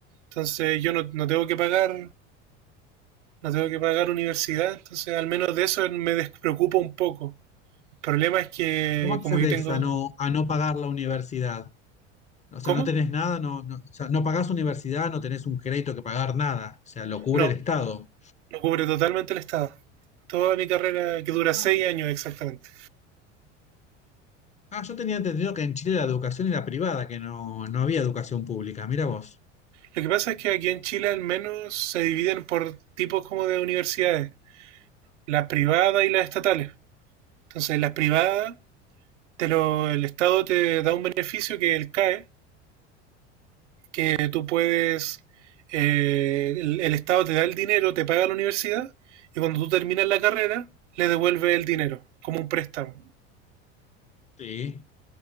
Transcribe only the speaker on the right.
Entonces, yo no, no tengo que pagar, no tengo que pagar universidad. Entonces, al menos de eso me despreocupo un poco. El problema es que,
como yo tengo.
¿Cómo?
No,
lo cubre totalmente el Estado. Toda mi carrera, que dura
seis años exactamente.
Lo que pasa es que aquí en Chile al menos se dividen por tipos como de universidades, las privadas y las estatales. Entonces, las privadas, te lo, el Estado te da un beneficio que es el CAE, que tú puedes, eh, el, el Estado te da el dinero, te paga la universidad, y cuando tú terminas la carrera, le devuelve el dinero como un préstamo.